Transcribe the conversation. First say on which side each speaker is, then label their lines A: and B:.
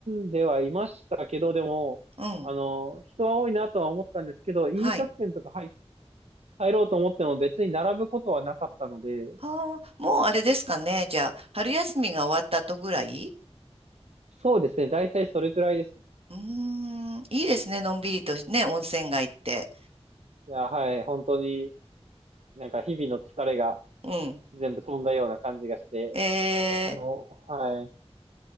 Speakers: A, on the right (about 75°); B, on the right (about 60°).
A: んではいましたけど、でも、
B: うん。
A: あの、人は多いなとは思ったんですけど、飲食店とか入、
B: はい。
A: 入ろうと思っても別に並ぶことはなかったので、
B: ああ、もうあれですかね。じゃあ、春休みが終わった後ぐらい
A: そうですね、大体それくらいですね。
B: うーん。いいですね。のんびりとね、温泉街って。
A: いや、はい、本当になんか日々の疲れが
B: うん。
A: 全部飛んだような感じがして、
B: え
A: あの、はい、